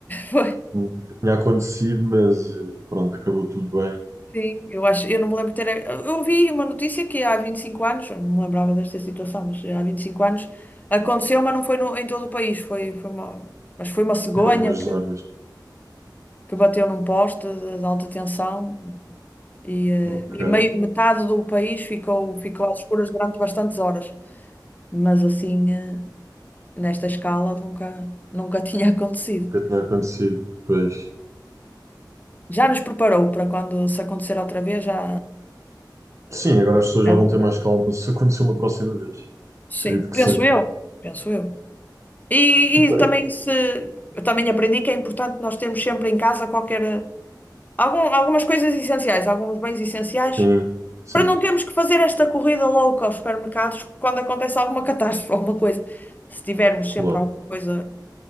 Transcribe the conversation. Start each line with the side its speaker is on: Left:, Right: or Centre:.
Left: Foi,
Right: Nunca tinha acontecido, mas eh, pronto, acabou tudo bem
Left: sim, eu acho, eu não me lembro de ter. Eu vi uma notícia que há 25 anos, eu não me lembrava desta situação, mas há 25 anos aconteceu, mas não foi no- em todo o país, foi, foi uma, mas foi uma cegonha
Right: em algumas
Left: que,
Right: zonas.
Left: que bateu num poste de, de alta tensão e, eh,
Right: Ok,
Left: e meio, metade do país ficou, ficou às escuras durante bastantes horas, mas assim. eh, nesta escala nunca, nunca tinha <laughs> acontecido.
Right: nunca tinha acontecido. Pois.
Left: Já nos preparou para quando se acontecer outra vez, já,
Right: Sim, agora as pessoas
Left: já-
Right: já vão ter mais calma se acontecer uma próxima vez.
Left: Sim,
Right: Acredito
Left: penso
Right: que sim.
Left: eu, penso eu. E,
Right: Pois.
Left: e também se eu também aprendi que é importante nós termos sempre em casa qualquer algum- algumas coisas essenciais, alguns bens essenciais,
Right: Sim, sim,
Left: para não termos que fazer esta corrida louca aos supermercados quando acontece alguma <laughs> catástrofe, alguma coisa. Se tivermos sempre
Right: claro.
Left: alguma coisa